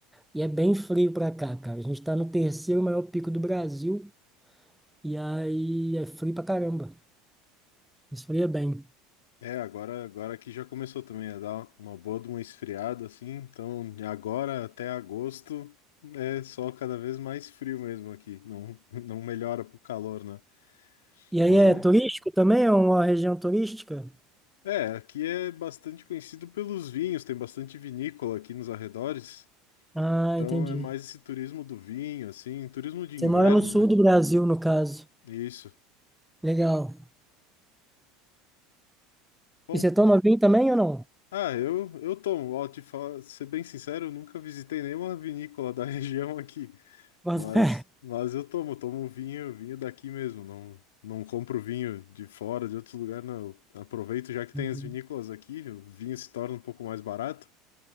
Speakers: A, in the centre; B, on the left (about 80°).
A: e é bem frio pra cá, cara. A gente tá no terceiro maior pico do Brasil e aí é frio pra caramba. Esfria bem.
B: É, agora, agora aqui já começou também a dar uma boa de uma esfriada, assim. Então, de agora até agosto é só cada vez mais frio mesmo aqui. Não, <laughs> não melhora pro calor, né?
A: E aí
B: Mas
A: é
B: é.
A: turístico também? É uma região turística?
B: É, aqui é bastante conhecido pelos vinhos, tem bastante vinícola aqui nos arredores.
A: Ah,
B: Então
A: entendi.
B: é mais esse turismo do vinho, assim, turismo de
A: Você
B: inverno,
A: mora no sul
B: né?
A: do Brasil, no caso.
B: Isso.
A: Legal.
B: Bom,
A: E você toma vinho também ou não?
B: ah, eu, eu tomo, ó, te falar, ser bem sincero, eu nunca visitei nenhuma vinícola da <laughs> região aqui.
A: Bota
B: Mas, mas eu tomo, tomo vinho, vinho daqui mesmo, não, não compro vinho de fora, de outros lugares, não. Eu aproveito já que tem
A: <laughs>
B: as vinícolas aqui, o vinho se torna um pouco mais barato,